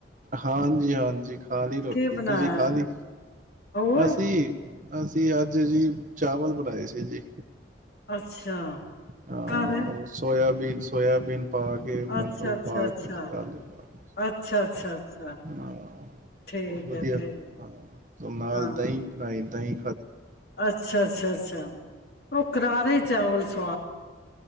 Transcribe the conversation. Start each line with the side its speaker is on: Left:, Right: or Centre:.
Right: ਹਾਂਜੀ ਹਾਂਜੀ ਖਾ ਲਈ ਰੋਟੀ
Left: ਕੀ ਬਣਾਇਆ
Right: ਤੁਸੀਂ ਖਾ ਲਈ
Left: ਹੋਰ
Right: ਅਸੀਂ ਅਸੀਂ ਅੱਜ ਜੀ ਚਾਵਲ ਬਣਾਏ ਸੀ ਜੀ
Left: ਅੱਛਾ
Right: ਹ
Left: ਕਾਹਦੇ
Right: ਸੋਇਆੀ ਬੀਨ ਸੋਇਆਬੀਨ ਪਾ ਕੇ ਮਟਰੋ
Left: ਅੱਛਾ ਅੱਛਾ
Right: ਪਾ
Left: ਅੱਛਾ
Right: ਕੇ ਜ ਆਲੂ ਪਾ ਕੇ
Left: ਅੱਛਾ ਅੱਛਾ ਅੱਛਾ
Right: ਹਾਂ ਬਹੁਤ
Left: ਠੀਕ
Right: ਵਧੀਆ
Left: ਹੈ ਠੀਕ ਹੈ
Right: ਹਾਂ ਨਾਲ
Left: ਹਾਂ
Right: ਦਹੀਂ ਬਣਾਈ ਅਤੇ
Left: ਅੱਛਾ ਅੱਛਾ ਅੱਛਾ ਉਹ ਕਰਾਰੇ ਚਾਵਲ ਸੱ